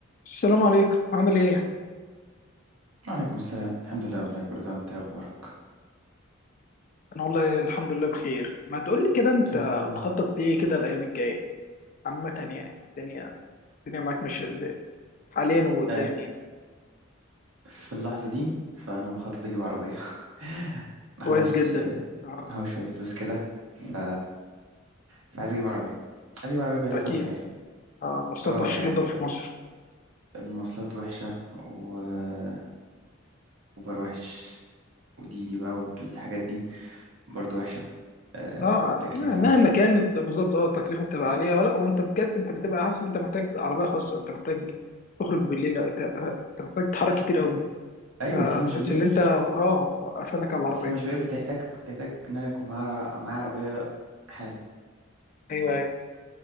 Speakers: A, on the left (about 40°); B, on the right (about 85°).
A: السلام عليكم عامل ايه؟
B: وعليكم السلام الحمد لله والله كله تمام انت ايه اخبارك
A: انا والله الحمد لله بخير ما تقولي كده انت
B: آه، ازاي
A: بتخطط ليه كده الايام الجاية عامة يعني الدنيا الدنيا معاك ماشية ازاي حاليا وقدام
B: آه،
A: يعني
B: في اللحظة دي فأنا بخطط أجيب عربية <laughs> محوش
A: كويس جدا اه
B: محوش شوية فلوس كده ف... فعايز أجيب عربية عايز أجيب عربية بقالي
A: اكيد
B: فترة يعني
A: اه مواصلات
B: اه
A: وحشة
B: يعني
A: جدا في مصر
B: المواصلات وحشة وأوبر وحش ودي دي بقى والحاجات دي برضو وحشة آه...
A: لا
B: تكلفة
A: مهما كانت بالظبط اه التكلفة بتبقى عالية ولا وانت بجد انت بتبقى حاسس انت محتاج عربية خاصة انت محتاج تخرج بالليل أو انت أنت محتاج تتحرك كتير قوي
B: أيوة
A: فتحس
B: في مشاوير
A: ان انت اه وقفلك على العربية
B: في مشاوير بتحتاج بتحتاج إن أنا يكون معايا معايا عربية حالا
A: ايوه ايوه